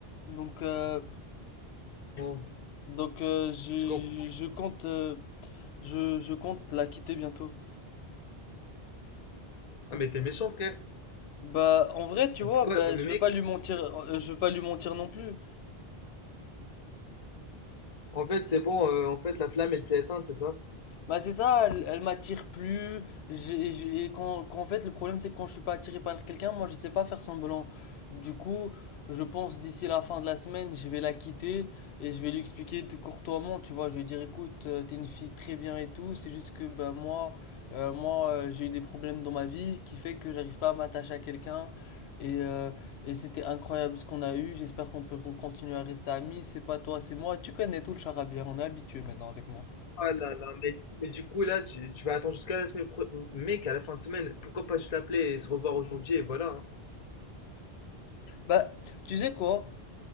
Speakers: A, on the left; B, on the left.
A: Donc euh,
B: Bon,
A: donc euh, je
B: je comprends.
A: je compte euh, Je, je compte la quitter bientôt.
B: Ah mais t'es méchant frère.
A: Bah, en vrai, tu
B: Mais
A: vois,
B: pourquoi?
A: bah,
B: Mais mec,
A: je veux pas lui mentir, euh, je veux pas lui mentir non plus.
B: en fait c'est bon, euh, en fait la flamme elle s'est éteinte, c'est ça?
A: Bah c'est ça, elle, elle m'attire plus. J'ai, j'ai, et qu'en, qu'en fait, le problème c'est que quand je suis pas attiré par quelqu'un, moi je sais pas faire semblant. Du coup, je pense d'ici la fin de la semaine, je vais la quitter et je vais lui expliquer de courtoisement, tu vois. Je vais dire, écoute, euh, t'es une fille très bien et tout. C'est juste que ben moi, euh, moi euh, j'ai eu des problèmes dans ma vie qui fait que j'arrive pas à m'attacher à quelqu'un. Et, euh, et c'était incroyable ce qu'on a eu. J'espère qu'on peut qu'on continue à rester amis. C'est pas toi, c'est moi. Tu connais tout le charabia, on est habitué maintenant avec moi.
B: Ah là là, mais, mais du coup là tu, tu vas attendre jusqu'à la semaine pro- Mec, à la fin de semaine, pourquoi pas juste l'appeler et se revoir aujourd'hui et voilà. hein.
A: Bah, tu sais quoi?